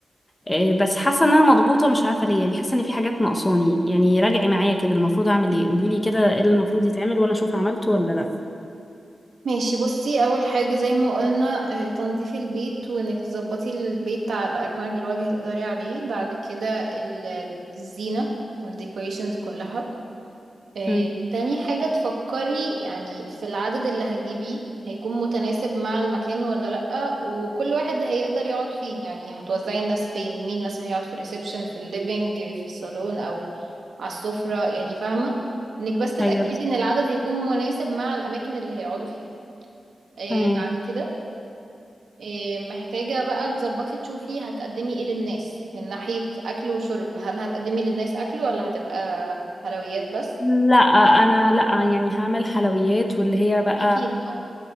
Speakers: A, on the left; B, on the right.
A: آه، بس حاسه ان انا مضغوطه مش عارفه ليه يعني حاسه ان في حاجات ناقصاني يعني راجعي معايا كده المفروض اعمل ايه قولي لي كده ايه اللي المفروض يتعمل وانا اشوف عملته ولا لا
B: ماشي بصي اول حاجه زي ما قلنا آه، تنظيف البيت وانك تظبطي البيت على اكمل الوجه تقدري عليه بعد كده ال- الزينه والديكوريشنز كلها آه،
A: امم
B: تاني حاجه تفكري يعني في العدد اللي هتجيبيه هيكون متناسب مع المكان ولا لأ وكل واحد هيقدر يقعد فين يعني هتوزعي الناس فين مين مثلا هيقعد في الريسبشن في الليفينج في الصالون او على السفره يعني فاهمه انك بس تتأكدي
A: ايوه بس
B: ان العدد هيكون مناسب مع الاماكن اللي هيقعدوا فيها آه،
A: تمام
B: بعد كده آه، محتاجة بقى تظبطي تشوفي هتقدمي ايه للناس من ناحية أكل وشرب هل هتقدمي للناس أكل ولا هتبقى حلويات بس
A: لا انا لا يعني هعمل حلويات واللي هي بقى
B: أكيد اه